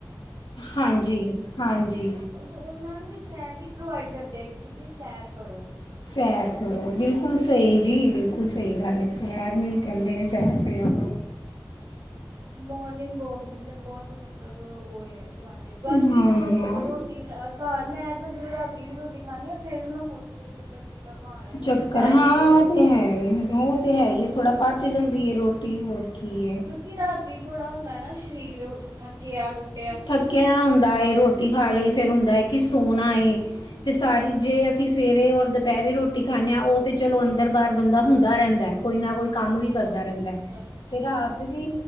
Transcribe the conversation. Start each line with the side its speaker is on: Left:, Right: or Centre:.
Left: ਹਾਂਜੀ-ਹਾਂਜੀ,
Right: ਤੇ ਉਹਨਾਂ ਨੂੰ ਵੀ ਸੈਰ ਹੀ ਪ੍ਰੋਵਾਈਡ ਕਰਦੇ ਆ, ਕਿ ਤੁਸੀਂ ਸੈਰ ਕਰੋ।
Left: ਸੈਰ ਕਰੋ ਬਿਲਕੁਲ ਸਹੀ ਜੀ,
Right: ਹਾਂ
Left: ਬਿਲਕੁਲ ਸਹੀ ਗੱਲ ਏ। ਪੈਰ ਨਹੀਂ ਗੰਦੇ ਨੇ ਸੈਰ ਕਰਿਆ ਕਰੋ।
Right: ਮੋਰਨਿੰਗ ਵਾਕ ਦੀ ਤਾਂ ਬਹੁਤ ਮਤਲਬ ਉਹ ਏ। ਐਡਵਾਂਟੇਜ ਬਾਕੀ
Left: ਹਾਂ
Right: ਜੇ ਰੋ ਰੋਟੀ ਘਰ ਮੈਂ ਤਾਂ ਜਦੋਂ ਦੀਦੀ ਰੋਟੀ ਖਾਣੀ ਆ ਫੇਰ ਵੀ ਮੈਂ ਕੋਠੀ ਤੇ ਚੱਕਰ ਚੁੱਕਰ ਮਾਰ ਆਣੀ
Left: ਚੱਕਰ
Right: ਹਾਂ ਕਿ ਡਾਇਜਸਟ
Left: ਹਾਂ
Right: ਹੋ
Left: ਉਹ
Right: ਰਹੀ।
Left: ਤੇ ਹੈ ਉਹ ਤੇ ਹੈ ਹੀ ਥੋੜਾ ਪਚ ਜਾਂਦੀ ਐ ਰੋਟੀ ਹੋਰ ਕੀ ਏ।
Right: ਕਿਉਂਕਿ ਰਾਤੀ ਥੋੜਾ ਹੁੰਦਾ ਨਾ ਸਰੀਰ ਥੱਕਿਆ ਟੁੱਟ
Left: ਥੱਕਿਆ ਹੁੰਦਾ ਐ ਰੋਟੀ ਖਾ ਲਈ ਫੇਰ ਹੁੰਦਾ ਐ ਕਿ ਸੋਣਾ ਏ। ਤੇ ਸਾਰੀ
Right: ਹੂੰ
Left: ਜੇ ਅਸੀਂ ਸਵੇਰੇ ਔਰ ਦੁਪਹਿਰੇ ਰੋਟੀ ਖਾਣੇ ਆ ਓ ਉਹ ਤੇ ਚਲੋ ਅੰਦਰ ਬਾਹਰ ਬੰਦਾ ਹੁੰਦਾ ਰਹਿੰਦਾ ਕੋਈ ਨਾ ਕੋਈ ਕੰਮ ਵੀ
Right: ਹਾਂ
Left: ਕਰਦਾ ਰਹਿੰਦਾ
Right: ਹੁੰਦਾ ਰਹਿੰਦਾ
Left: ਤੇ ਰਾਤ
Right: ਹੂੰ
Left: ਵੀ